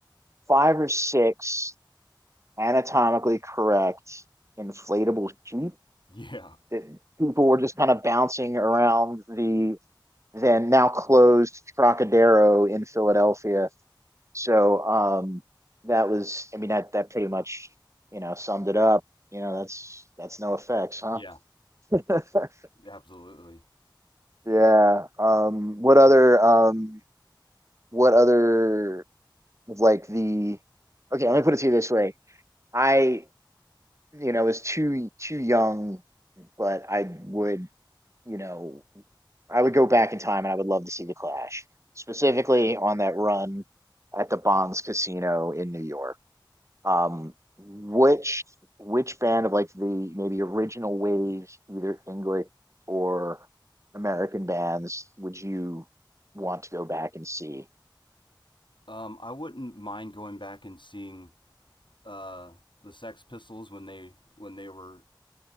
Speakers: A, on the right (about 35°); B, on the left (about 75°).
A: five or six anatomically correct inflatable sheep
B: yeah,
A: that people were just kind of bouncing around the then now closed Trocadero in Philadelphia. So um, that was, I mean, that that pretty much, you know, summed it up. You know, that's that's no effects, huh?
B: yeah,
A: <laughs>
B: absolutely.
A: Yeah. Um, what other um, what other like the okay, let me put it to you this way. I, you know, was too too young, but I would, you know, I would go back in time and I would love to see the Clash, specifically on that run at the Bonds Casino in New York. Um, which which band of like the maybe original wave, either English or American bands, would you want to go back and see?
B: Um, I wouldn't mind going back and seeing uh the Sex Pistols when they when they were